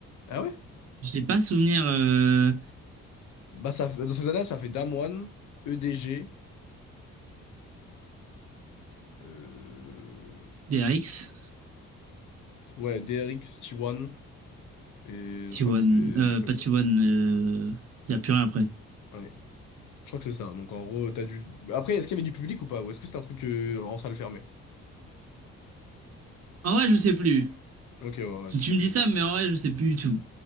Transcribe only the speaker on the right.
Je n'ai pas souvenir. euh,
D R X,
T1,
euh,
pas
T1, euh, y a plus rien après.
En vrai, je sais plus.
Tu
me
dis ça,
mais en vrai, je sais plus du tout.